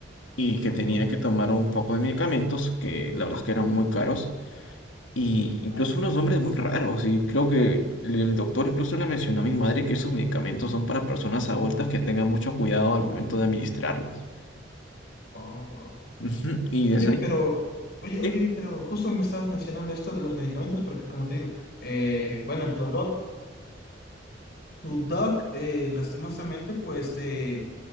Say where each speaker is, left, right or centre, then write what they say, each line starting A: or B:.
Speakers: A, on the left; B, on the left.
A: y que
B: Oh,
A: tenía
B: no
A: que
B: te
A: tomar
B: puedo
A: un
B: creer.
A: poco de medicamentos que la verdad es que eran muy caros y incluso unos nombres muy raros. Y creo que el doctor incluso le mencionó a mi madre que esos medicamentos son para personas adultas que tengan mucho cuidado al momento de administrarlos.
B: Oh, wow.
A: Ujú, Y desde
B: Oye, pero,
A: ahí,
B: oye, oye,
A: sí.
B: pero justo me estabas mencionando esto de los medicamentos, porque como te digo, eh, bueno, tu doc, tu doc eh, lastimosamente, pues te